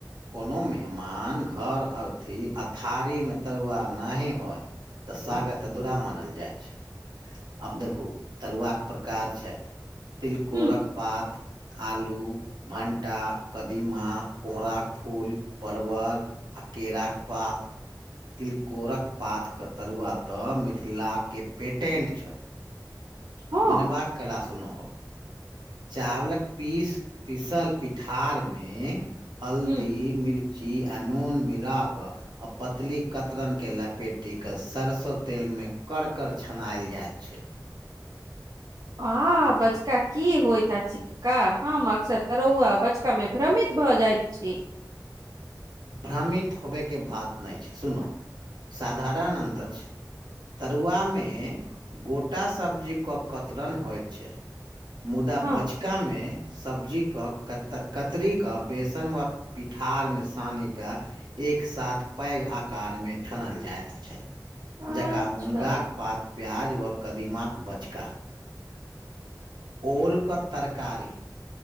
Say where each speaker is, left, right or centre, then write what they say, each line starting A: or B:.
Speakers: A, on the right (about 80°); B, on the right (about 55°).
A: कोनो मेहमान घर औथि आ थारीमे तरुआ नहि होय तऽ स्वागत अधूरा मानल जाइ छै अब देखू तरुआ कऽ प्रकार छै तिलकोरक
B: हँ
A: पात आलू भंटा कदीमा कोहराक फूल परवर आ केराक पात तिलकोरक पातके तरुआ तऽ मिथिलाके पेटेन्ट छै
B: हँ
A: आ बनेबाक कला सुनहो चावलक पीस पीसल पिठार मे हल्दी
B: ह
A: मिर ची आ नून मिला कऽ अऽ पतली कतरन के लपेटी के सरसों तेल मे कर-कर छनायल जाय छै
B: हँ बजका की होयत आछि का हम अक्सर तरौआ बचका मे भ्रमित भऽ जाइत छी।
A: भ्रामित होबयके बात नहि छै सुनु साधारण अन्त
B: हँ
A: छै। तरुआमे गोटा सब्जी के कतरन होइत छै। मुदा
B: हँ
A: बच चक्का मे सब्जीके कतरीीक के बेसन वा पिठार मे सानी कऽ एक साथ पैघ आकार मे छनल जाइत छै।
B: अच्छा
A: जकाँ मुनगाक पात प्याज वा कदीमाक बचका। ओलके तरकारी